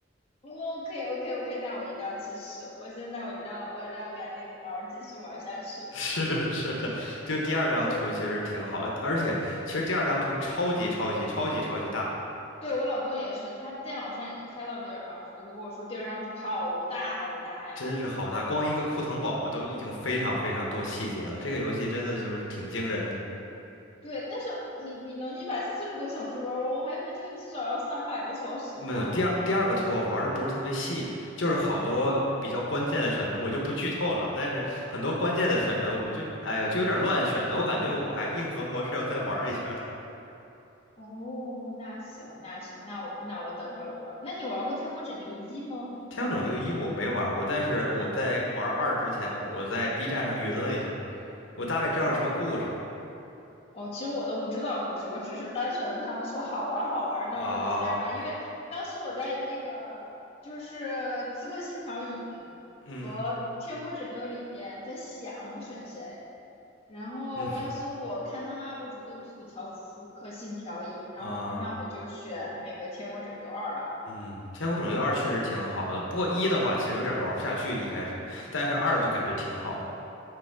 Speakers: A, on the left (about 30°); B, on the left (about 80°).
A: 我 OK OK OK，那我一定要去试。我现在我一定要我一定要赶紧玩儿，继续玩儿下去。
B: <laughs> 是的，是的，就第二张图其实挺好的，
A: 对，
B: 而且其实第二张图超级超级超级超级大，
A: 对我老公也是，他电脑上已经开到第二张图，就跟我说第二张图好大好大呀。
B: 真是好大，光一个库腾堡都已经非常非常多细节了，这个游戏真的就是挺惊人的。
A: 对，但是你你能一百四十个小时玩完，我还以为这个至少要三百个小时呢。
B: 没有，第二第二个图我玩的不是特别细，就是好多比较关键的选择，我就不剧透了。但是很多关键的选择，我就哎呦就有点乱选的，我感觉我还硬核模式要再玩一下的
A: 哦，那行那行，那我那我等着我玩。那你玩过《天国拯救一》吗？
B: 天空拯救一我没玩过，但是我在玩二之前，我在 B 站上云了一下，我大概知道什么故事
A: 哦，哦，其实我都不知道故事，我只是单纯的他们说好玩儿好玩儿那我就下吧。
B: 啊，
A: 因为当时我在那个就是《刺客信条：影》和《天国拯救》里面在想我选谁，
B: 嗯
A: 然后当时我看他们
B: 嗯
A: UP 主都吐槽《刺客信条：影》，然后我说那我就选那个《天国拯救二》吧。
B: 啊嗯，天空拯救二确实挺好的，不过一的话其实有点玩不下去一开始，但是二就感觉挺好的